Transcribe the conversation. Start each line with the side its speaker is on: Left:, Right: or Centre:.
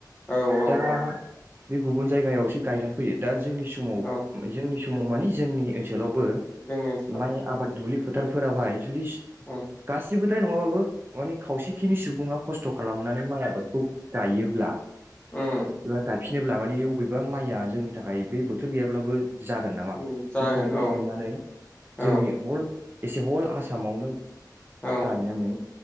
Left: औ औ
Right: दा
Left: औ
Right: बे गुबुन जायगायावसो गायनानै फैयो दा जोंनि समाव
Left: औ
Right: जोंनि स माव माने जोंनि ओनसोलाव बो
Left: जोंनि ओनसोलाव
Right: माइ
Left: उम
Right: आबाद दुब्लिफोथ फोथार फोरावहाय। जुदिस
Left: उम
Right: गासिबो <unintelligible> मानि खावसिखिनि सुबुङा खस थ' खालामनानै माइ आबादखौ गायोब्ला
Left: उम
Right: एबा गायफिनोब्ला मानि बबेबा माइया जोंनि थाखाय बे बोथोर गैयाब्लाबो जागोन नामा
Left: जागोन
Right: बेखिनिखौ
Left: औ
Right: साननानै जोंनि
Left: औ
Right: हल एसे हल आसामावनो
Left: औ
Right: गायनानै